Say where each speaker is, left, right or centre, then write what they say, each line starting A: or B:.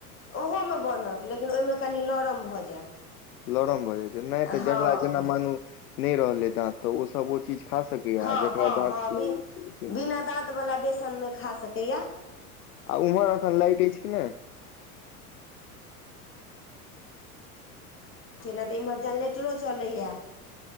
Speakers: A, on the left; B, on the left.
A: ओहोमे बनत लेकिन ओहिमे कनि नरम भऽ जायत।
B: लरम भऽ जाइ छै नहि तऽ
A: हँ
B: झकड़ा जेना
A: हँ
B: मनू नहि रहलै दाँत तऽ ओसभ ओ चीज खा सकैया
A: हँ
B: आ जकरा
A: हँ
B: दाँत
A: हँ
B: छै ओ छै
A: बिना दाँत वालला बेसनमे खा सकैया।
B: आ उम्हर एखन लाइट अछि कि नहि
A: छै नहि तऽ इम्हरजेंेटरो चलैए।